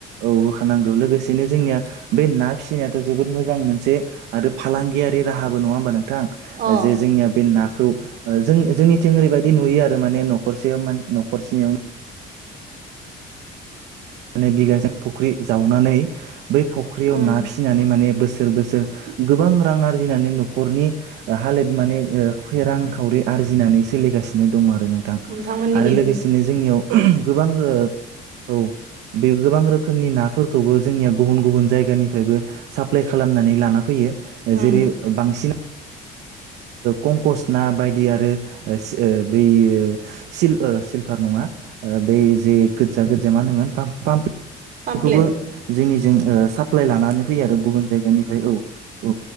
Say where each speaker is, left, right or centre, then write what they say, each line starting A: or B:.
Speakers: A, on the right; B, on the right.
A: ओ औ नांगौ लोगोसेनो जोंनिया बे ना फिसिनायाथ' जोबोद मोजां मोनसे आरो फालांगियारि राहाबो नङा होमबा नों थां
B: अ
A: जे जोंनिया बे नाखौ ओ जों जोंनिथिं ओरैबायदि नुयो आरो माने न'खरसेयाव न'खरसेनियावनो माने बिगासे फख्रि जावनानै बै फख्रियाव
B: उम
A: ना फिसिनानै माने बोसोर बोसोर गोबां रां आरजिनानै न'खरनि हालोद माने ओ रां खावरि आरजिनानै सोलिगासिनो दं आरो आरो नोंथां
B: नोंथांमोननिखै
A: आरो लोगोसेनो जोंनियाव गोबां ओ औ बे गोबां रोखोमनि नाफोरखौबो जोंनिया गुबुन गुबुन जायगानिफ्रायबो साप्लाय खालामनानै लाना फैयो
B: उम
A: जेरै बांसिन कंकस ना बायदि आरो ओ ओ बै ओ सिल ओ सिलभार नङा बै जे गोजा गोजा मा होनोमोन पाम पाम
B: पामप्लेट
A: बेखौबो जोंनिजों साप्लाइ लानानै फैयो आरो गुबुन जायगा निफ्राय औ औ